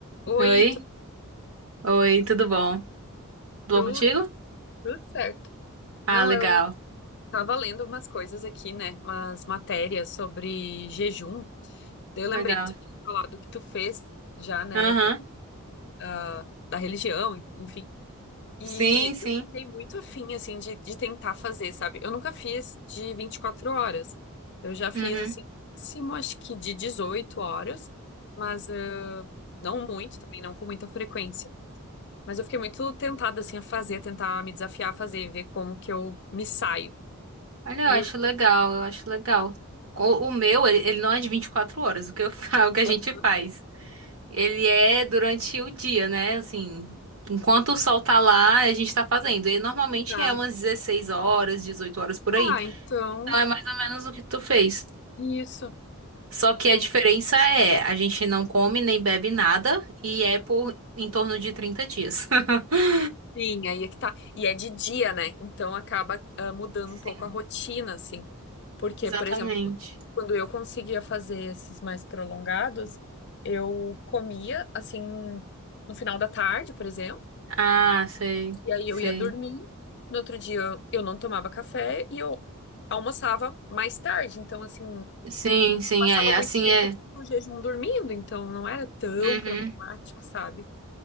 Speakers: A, on the left; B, on the right.
A: Oi,
B: Oi?
A: tu-
B: Oi, tudo bom? Tudo
A: tudo,
B: bom contigo?
A: tudo certo.
B: Ah,
A: Não,
B: legal,
A: eu tava lendo umas coisas aqui, né? Umas matérias sobre jejum. Daí Eu lembrei
B: legal.
A: que tu tinha falado que tu fez já, né?
B: Aham,
A: Por, ah, da religião, enfim. E
B: Sim, sim.
A: eu fiquei muito afim, assim, de, de tentar fazer, sabe? Eu nunca fiz de 24 horas. Eu já fiz,
B: Uhum.
A: assim, máximo, acho que de 18 horas, mas ah, não muito também, não com muita frequência. Mas eu fiquei muito tentada, assim, a fazer, tentar me desafiar a fazer, ver como que eu me saio.
B: Olha,
A: Aí
B: eu acho
A: eu,
B: legal, eu acho legal. O, o meu, ele, ele não é de 24 horas, o que eu, fa- <laughs> o que a
A: ah,
B: gente faz. Ele é durante o dia, né? Assim, enquanto o sol tá lá, a gente tá fazendo. E normalmente
A: tá.
B: é umas 16 horas, 18 horas por aí.
A: Ah, então,
B: Então é mais ou menos o que tu fez.
A: isso.
B: Só que
A: É.
B: a diferença é, a gente não come nem bebe nada e é por em torno de 30 dias. <laughs>
A: Sim, aí é que tá. E é de dia, né? Então acaba ah, mudando
B: Sim,
A: um pouco a rotina, assim. Porque,
B: exatamente.
A: por exemplo, quando eu conseguia fazer esses mais prolongados, eu comia, assim, no final da tarde, por exemplo,
B: Ah, sei,
A: e aí
B: sei.
A: eu ia dormir. No outro dia eu eu não tomava café e eu almoçava mais tarde. Então, assim,
B: Sim, sim,
A: passava
B: é.
A: muito
B: Assim
A: tempo
B: é.
A: no jejum dormindo, então não era tão
B: Uhum.
A: problemático, sabe?